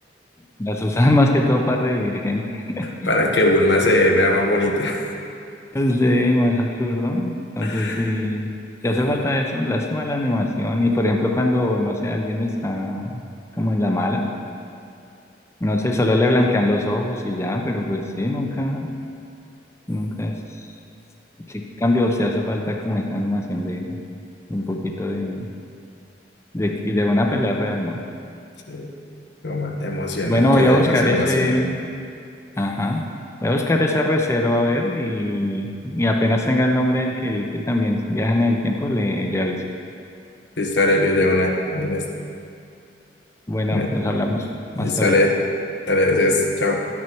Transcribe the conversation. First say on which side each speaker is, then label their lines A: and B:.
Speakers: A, on the left (about 15°); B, on the left (about 80°).
A: las usan <laughs> más que todo para revivir gente. <laughs>
B: Para que Bulma se vea más bonita.
A: Sí, más absurdo. Entonces,
B: <laughs>
A: sí, si hace falta eso, lástima la animación. Y por ejemplo, cuando, no sé, alguien está como en la mala, no sé, solo le blanquean los ojos y ya, pero pues sí, nunca, Nunca es... Sí, cambio, si hace falta como esa animación de de un poquito de, de, que- de una pelea real, ¿no?
B: Sí, como más emocional,
A: Bueno,
B: que
A: voy
B: le
A: a buscar
B: dé más emoción.
A: ese... Ajá. Voy a buscar ese recero a ver y, y apenas tenga el nombre del que vi que también viaja en el tiempo, le, le aviso.
B: Y sale Luis de una. Ahí les-
A: Bueno,
B: me-
A: nos hablamos más
B: Y sale,
A: tarde.
B: sale, gracias, chao.